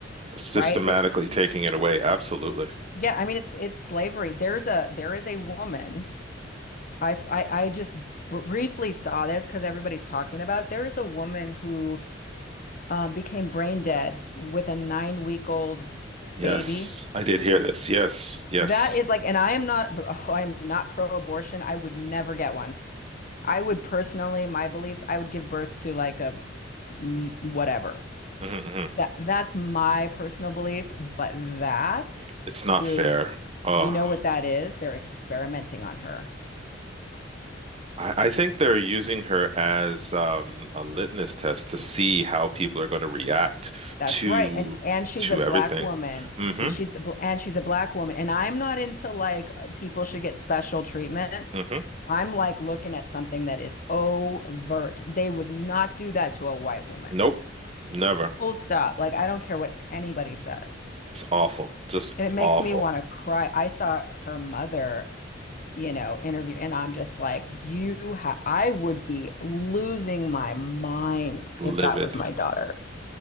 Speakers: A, on the right; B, on the left.
A: Systematically
B: right? Th-
A: taking it away. Absolutely.
B: yeah, I mean it's it's slavery. There's a there is a woman. I f- I, I just br briefly saw this because everybody's talking about it. There is a woman who um, became brain dead with a nine week old
A: Yes.
B: baby
A: I did hear this. Yes. Yes.
B: That is like, and I am not, oh, I am not pro-abortion. I would never get one. I would personally, my beliefs, I would give birth to like a m- whatever.
A: hmm
B: That that's my personal belief, but that
A: It's not
B: is,
A: fair. Oh.
B: you know what that is? They're experimenting on her.
A: I, I think they're using her as um, a litmus test to see how people are going to react
B: That's
A: to
B: right. And and she's
A: to
B: a black
A: everything.
B: woman
A: hmm
B: and she's a bl- and she's a black woman and I'm not into like uh, people should get special treatment.
A: hmm
B: I'm like looking at something that is overt. They would not do that to a white woman.
A: Nope. Never.
B: Full stop. Like, I don't care what anybody says.
A: It's awful. Just
B: And it makes
A: awful.
B: me want to cry. I saw her mother, you know, interview, and I'm just like, you ha I would be losing my mind
A: Livid.
B: if that was my daughter.